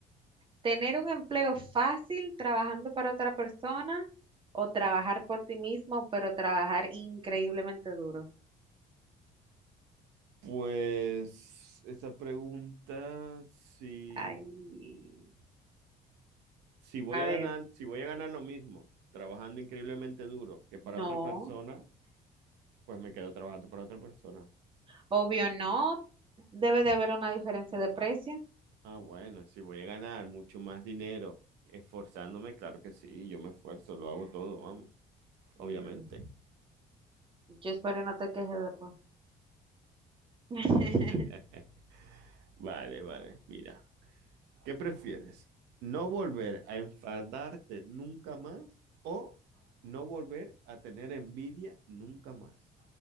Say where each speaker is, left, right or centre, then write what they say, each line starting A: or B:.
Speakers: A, on the right; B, on the right.
A: Tener un empleo fácil trabajando para otra persona o trabajar por ti mismo, pero trabajar increíblemente duro.
B: Pues esa pregunta, si,
A: Ay,
B: si voy
A: a
B: a
A: ver,
B: ganar, si voy a ganar lo mismo, trabajando increíblemente duro que para
A: no,
B: otra persona, pues me quedo trabajando para otra persona.
A: obvio no, debe de haber una diferencia de precio.
B: Ah, bueno, si voy a ganar mucho más dinero esforzándome, claro que sí, yo me esfuerzo, lo hago todo, vamos, obviamente.
A: Mm, yo espero no te quejes después. <laughs>
B: <laughs> Vale, vale, mira. ¿Qué prefieres? ¿No volver a enfadarte nunca más o no volver a tener envidia nunca más?